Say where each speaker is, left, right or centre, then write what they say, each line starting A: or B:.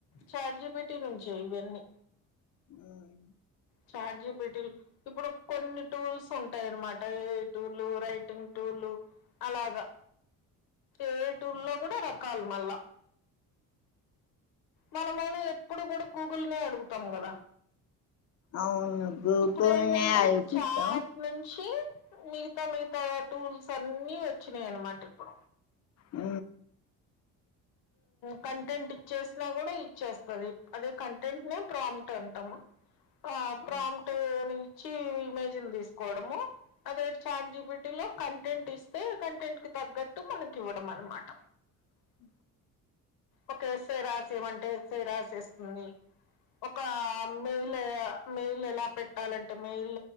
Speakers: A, on the left; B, on the left.
A: చార్జీపిటీ నుంచే ఇవన్నీ
B: హుమ్
A: చాట్ జి పి టి ఇప్పుడు కొన్ని టూల్స్ ఉంటాయన్నమాట ఏ టూల్ రైటింగ్ టూల్ అలాగా ఏటూలో కూడా రకాలు మళ్ళా మనమైనా ఎప్పుడు కూడా గూగుల్నే అడుగుతాం కదా
B: అవును గూగుల్నే
A: ఇప్పుడు ఏంటంటే
B: అడుగుతాం
A: చాట్ నుంచి మితా మితా టూల్స్ అన్న వచ్చిన అన మాటప్పుడ
B: అ
A: కంటెంట్ ఇచ్చేసినా కూడా ఇచ్చేస్తుది అదే కంటెంట్ నే ప్రామ్ట్ అంటాము
B: <inaudible>
A: ఆ
B: మ్మ్
A: ప్రామ్ట్ ని ఇచ్చి ఇమేజ్ ని తీసుకోవడము అదే చాట్ జీపీటీ లో కంటెంట్ ఇస్తే కంటెంట్ కి తగ్గట్టు మనకి ఇవ్వడం అనమాట
B: అ
A: ఒక ఎసై రాసి ఏమంటే ఎస్సై రాసిేస్తుంది ఒక మెయిల్ మెయిల్ ఎలా పెట్టాలంటే మెయిల్